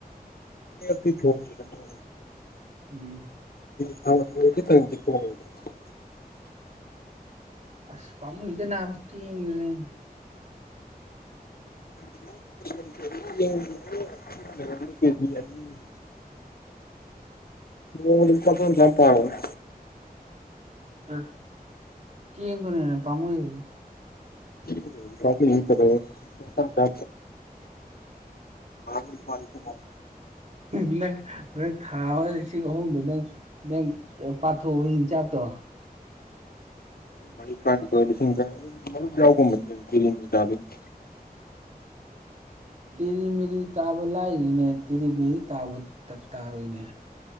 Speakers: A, on the left (about 75°); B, on the right (about 45°).
A: ꯑꯅꯤꯔꯛꯇꯤ ꯊꯣꯡꯒꯤꯕꯅꯦ
B: ꯎꯝ
A: <unintelligible>
B: ꯑꯁ ꯄꯥꯝꯃꯨꯏꯗ ꯅꯕꯥ ꯆꯦꯡꯗꯨꯅ ꯍꯦꯟꯅ
A: <unintelligible> ꯅꯣꯡꯃꯥꯗ ꯂꯨꯄꯥ ꯆꯥꯝ ꯆꯥꯝ ꯄꯥꯔꯣꯅꯦ
B: ꯑꯁ ꯆꯦꯡꯗꯨꯅ ꯍꯦꯟꯅ ꯄꯥꯝꯃꯨꯏꯕꯨ
A: <unintelligible> ꯊꯥꯑꯝꯗꯥ ꯂꯨꯄꯥ ꯂꯤꯁꯤꯡ ꯑꯍꯨꯝ
B: <unintelligible> ꯂꯤꯁꯤꯡ ꯑꯍꯨꯝꯗꯣ ꯅꯪ ꯅꯪ ꯄꯥꯊꯣꯛꯑꯕ ꯍꯤꯡꯁꯥꯞꯇꯣ
A: <unintelligible>
B: ꯇꯦꯔꯤꯃꯤꯔꯤ ꯇꯥꯕ ꯂꯥꯏꯔꯤꯅꯦ ꯇꯦꯔꯤꯃꯤꯔꯤꯗꯤ ꯇꯥꯕ ꯇꯠ ꯇꯥꯔꯣꯏꯅꯦ